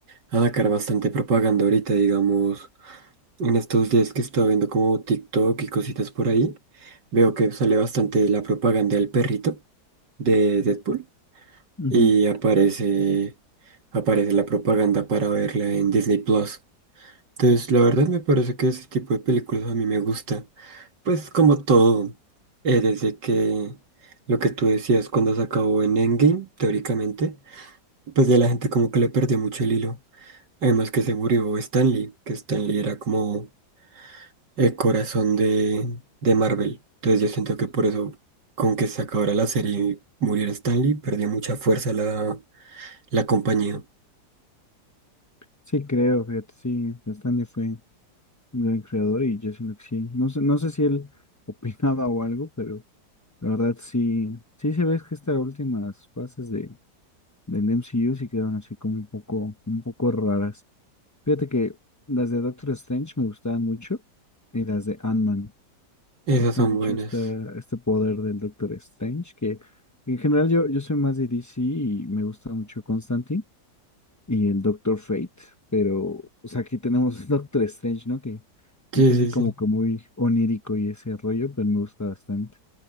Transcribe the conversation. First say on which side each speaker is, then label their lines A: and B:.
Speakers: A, on the right; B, on the left.
A: a sacar bastante propaganda ahorita, digamos, en estos días que estaba viendo como TikTok y cositas por ahí, veo que sale bastante la propaganda del perrito de Deadpool
B: Ujú.
A: y aparece, aparece la propaganda para verla en Disney Plus. Entonces, la verdad me parece que ese tipo de películas a mí me gusta. Pues como todo, eh, desde que lo que tú decías cuando se acabó en Endgame, teóricamente, pues ya la gente como que le perdió mucho el hilo. Además que se murió Stan Lee, que Stan Lee era como el corazón de, de Marvel. Entonces yo siento que por eso, con que se acabara la serie y muriera Stan Lee, perdió mucha fuerza la, la compañía.
B: Sí, creo, fíjate, sí, bastante fue. gran creador y yo siento que sí. No sé, no sé si él <laughs> opinaba o algo, pero la verdad sí, sí se ve que estas últimas fases de, del MCU sí quedaron así como un poco, un poco raras. Fíjate que las de Doctor Strange me gustaban mucho y las de Ant-Man.
A: Esas
B: Me gusta
A: son
B: mucho
A: buenas.
B: esta, este poder del Doctor Strange, que en general yo, yo soy más de DC y me gusta mucho Constantine y el Doctor Fate, pero o sea, aquí tenemos <laughs> Doctor Strange, ¿no? Que, que
A: Sí,
B: es así
A: sí,
B: como
A: sí.
B: que muy onírico y ese rollo, pero me gusta bastante.